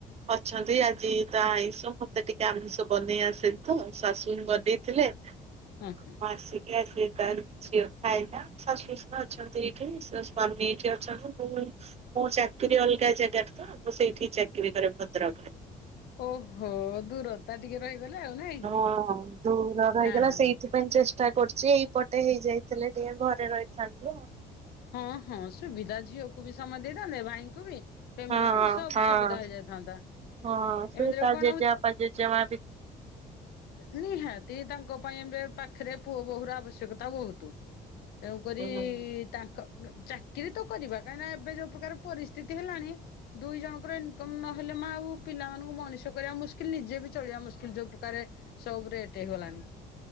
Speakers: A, on the right; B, on the left.
A: ଅଛନ୍ତି ଆ ଆଜି ତ ଆଇଁଷ ମତେ ଟିକେ ଆମିଷ ବନେଇ ଆସେନି ତ ଶାଶୁ ହିଁ ବନେଇଥିଲେ
B: ହଁ ହଁ
A: ମୁଁ ଆସିକ ଆସି ତାରୁ ଝିଅ ଖାଇଲା ଶାଶୁଶଶୁର ଅଛନ୍ତି ଏଇଠି ସ-ସ୍ୱାମୀ ଏଇଠି ଅଛନ୍ତି ମୁଁ ମୋ ଚାକିରି ଅଲଗା ଜାଗାରେ ତ ମୁଁ ସେଇଠି ଚାକିରି କରେ ଭଦ୍ରକରେ।
B: ଓହୋ ଦୂରତା ଟିକେ ରହିଗଲେ ଆଉ ନାଇଁ?
A: ହଁ ଦୂର ରହିଗଲା
B: ଅହୋ
A: ସେଇଥିପାଇଁ ଚେଷ୍ଟ ଟା କରୁଚି ଏଇପଟେ ହେଇଯାଇଥିଲେ ଟିକେ ଘରେ ରହିଥାନ୍ତି ଆଉ।
B: ହଁ ହଁ ସୁବିଧା ଝିଅକୁ ବି ସମୟ ଦେଇଥାନ୍ତେ ଭାଇଙ୍କୁ ବି ଫ୍ୟାମିଲି
A: ହଁ
B: କୁ ସବୁ
A: ହଁ
B: ସୁବିଧା ହେଇଯାଇଥାନ୍ତା
A: ହଁ ସେ
B: ଏମିତିରେ
A: ତା
B: କଣ
A: ଜେଜେବାପା ଜେଜେମା ବି
B: ନ-ନିହାତି ତାଙ୍କ ପାଇଁ ଏବେ ପାଖରେ ପୁଅ ବୋହୂ ର ଆବଶ୍ୟକତା ବହୁତୁ। ତେଣୁକରି
A: ହୁଁ
B: କ ଚାକିରି ତ କରିବା କାହିଁକି ନା ଏବେ ଯୋଉ ପ୍ରକାର ପରିସ୍ଥିତି ହେଲାଣି ଦୁଇ ଜଣଙ୍କର ଇନକମ୍ ନହେଲେ ମା ଆଉ ପିଲାମାନଙ୍କୁ ମଣିଷ କରିବା ମୁସ୍କିଲ ନିଜେ ବି ଚଳିବା ମୁସ୍କିଲ ଯୋଉ ପ୍ରକାରେ ସବୁ ରେଟେ ହେଇଗଲାଣି।